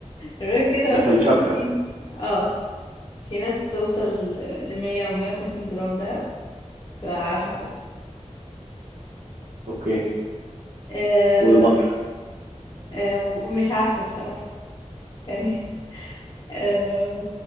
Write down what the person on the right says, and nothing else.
ده في
الشبكة
اوكي
والمهر